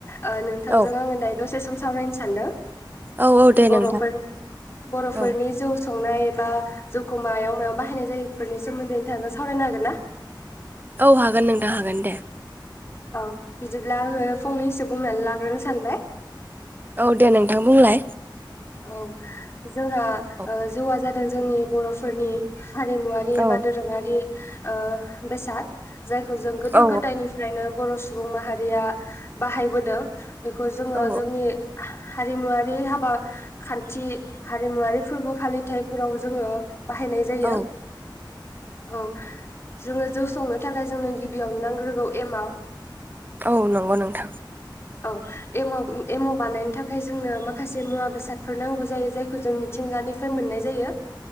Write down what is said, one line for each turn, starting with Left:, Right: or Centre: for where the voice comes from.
Left: ओ नोंथांजों
Right: औ
Left: आङो दायो दसे सम सावरायनो सान्दों
Right: औ औ दे
Left: बर'फोर-बर'फोरनि
Right: नोंथां औ
Left: जौ संनाय बा जौखौ मायाव मायाव बाहायनाय जायो इफोरनि सोमोन्दै नोंथांजों सावरायनो हागोन ना?
Right: औ हागोन नोंथां हागोन दे
Left: औ बिदि ब्ला आङो फंनैसो बुंनानै ला ग्रोनो सानबाय
Right: औ दे नोंथां बुंलाय
Left: औ जोंहा
Right: औ
Left: ओ जौआ जादों जोंनि बर'फोरनि हारिमुवारि
Right: औ
Left: बा दोरोङारि ओ बेसाद जायखौ जों गोदो
Right: औ
Left: गोदायनिफ्रायनो बर' सुबुं माहारिया बाहायबोदों बेखौ जोङो
Right: औ
Left: जोंनि हारिमुवारि हाबा खान्थि हारिमुवारि फोरबो फालिथायफोराव जोङो बाहायनाय जायो
Right: औ
Left: औ जोङो जौ संनो थाखाय जोंनो गिबियावनो नांग्रोगौ एमाव
Right: औ नंगौ नोंथां
Left: औ एमाव-एमाव बानायनो थाखाय जोंनो माखासे मुवा बेसाद फोर नांगौ जायो जायखौ जों मिथिंगानिफ्राय मोननाय जायो